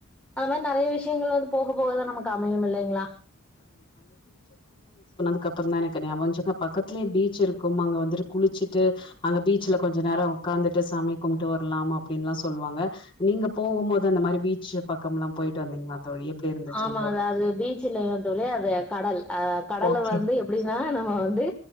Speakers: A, in the centre; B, on the left.
A: அத மாரி நெறய விஷயங்கள் வந்து போக போகதா நமக்கு அமையு இல்லிங்களா
B: அது அப்றம்தா எனக்கு <unintelligible> பக்கத்தில பீச் இருக்கு அங்க வந்துட்டு குளிச்சுட்டு அங்க பீச்சல கொஞ்சம் நேரோ உக்காந்துட்டு சாமி கும்பிட்டு வரலா அப்டினுல்லா சொல்லுவாங்க நீங்க போகும் போது அந்த மாரி பீச்ச பக்கம்ல்லா போயிட்டு வந்தீங்களா தோழி எப்டி இருந்துச்சு
A: ஆமா
B: உங்களோட
A: அதா அது பீச்ல ஒரு வழியா‌ அது கடல் அ கடல
B: ஓகே
A: வந்து எப்டின்னா நம்ம வந்து